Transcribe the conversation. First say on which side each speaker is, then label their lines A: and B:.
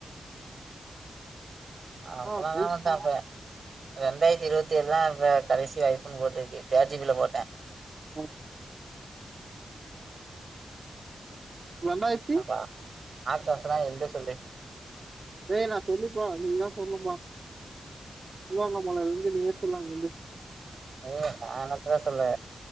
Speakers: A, on the right; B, on the right.
A: அப்பலல்லா
B: ஆ
A: வண்ட்டா
B: ஆ.
A: இப்ப ரெண்டாயித்தி இருவத்தி ஏழுதா இப்ப கடைசி வாய்ப்புன்னு போட்ருக்கு சேர் ஜிபில போட்டே
B: ம் ரெண்டாயிரத்தி
A: அபா ஆப்சன்ஸ் லா எழுத சொல்லு
B: டே நா சொல்லிப்ப நீ தா சொல்னுமா திருவணாமலலேந்து நீயே சொல்லு அங்கர்ந்து
A: ஐயோ அவன பே சொல்லு